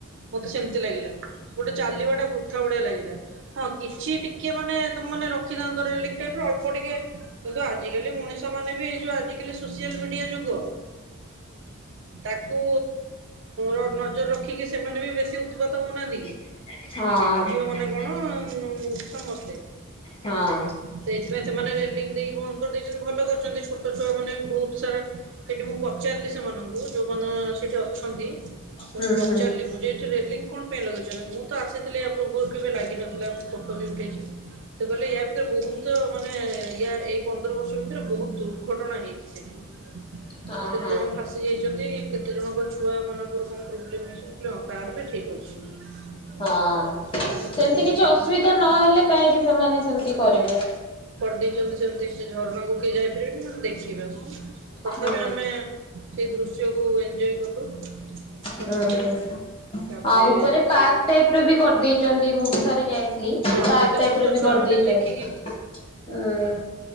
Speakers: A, on the right; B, on the left.
A: ମତେ ସେମତି ଲାଗିଲା ଗୋଟେ ଚାଲିବା ଟା ବୃଥା ଭଡିଆ ଲାଗିଲା ହଁ କିଛି ଟିକେ ମାନେ ତାନେ ରଖିଥାନ୍ତ ଅଳ୍ପ ଟିକେ କିନ୍ତୁ ଆଜିକାଲି ମଣିଷ ମାନେ ବି ଏ ଯୋଉ। ସୋସିଆଲ ମିଡିଆ ଯୁଗ ତାକୁ ର ନଜର ରଖିକି ସେମାନେ ବି ବେଶୀ ଉତ୍ପାତ ହଉନାହାନ୍ତି କି।
B: ହଁ।
A: ଝିଅ ମାନେ କଣ ସମସ୍ତେ
B: ହଁ
A: ସେଇଥିପାଇ ସେମାନେ ଲି ଦେଇ ବନ୍ଦ କରିଦେଇଛନ୍ତି ଭଲ କରିଛନ୍ତି ଛୋଟ। ଛୁଆ ମାନେ ବି ବହୁତ ସାରା ସେଠି ମୁଁ ପଚାରିଲି ସେମାନଙ୍କୁ ଯୋଉମାନେ ସେଠି ଅଛନ୍ତି। ତ
B: ହୁଁ
A: ମୁ ପଚାରଲି
B: ହୁଁ
A: ମୁଁ ଏଥିିରେ। କଣ ପାଇଁ ଲଗେଇଛନ୍ତି ମୁଁ ତ ଆସିି ୟ ପୂର୍ବରୁ କେବେ ଲାଗିିନଥିଲା ମୁଁ ପୋକ ବି ଉଠେଇଛି ତ କହିଲେ ୟା ଭିତରେ ବହୁତ ମାନେ ୟା ଏଇ ପନ୍ଦର ବର୍ଷ ଭିତରେ ବହୁତ ଦୂର। ଘଟଣା ହେଇଛି ସେଠି କେତେ
B: ହଁ ହଁ
A: ଜଣ ଭାସି ଯାଇଛନ୍ତି କେତେ ଜଣଙ୍କ ଛୁଆ ମାନଙ୍କର କଣ ପ୍ରୋବ୍ଲେମ ହେଇଛି ବୋଲି ହଁ ତାହେଲେ ଠିକ ଅଛି।
B: ହଁ
A: କିଛି ଅସୁବିଧା
B: ସେମିତି
A: ନାହିଁ
B: କିଛି ଅସୁବିଧା ନହେଲେ କାହିଁକି ସେମାନେ ସେମିତି କରିବେ।
A: ଦେଇଛନ୍ତି ସେମିତି ସେ ଝରଣା କୁ କେଏ ଯାଇପାରିବେ। ମନେ ଦେଖିବେ ହଁ। ତଥାପି
B: ହୁଁ
A: ଆମେ। ସେଇ ଦୃଶ୍ୟକୁୁ ଇନଜ୍ଞ କଲୁ। ସମସ୍ତେ।
B: ହୁଁ ହୁଁଉ
A: ତାପରେ
B: ଉପରେ ପାର୍କ
A: ସେଇ
B: ଟାଇପ ର ବି କରିଦେଇଛନ୍ତି ମୁଁ ବି ଥରେ ଯାଇଥିଲି
A: ହଁ
B: ପାର୍କ
A: ସେଇଟା
B: ଟାଇପ
A: ଛୋଟ
B: ର ବି
A: ଛୁଆ
B: କରିଦେଇଛନ୍ତି
A: ମାନେ ଦେଖିକି
B: ହଁ।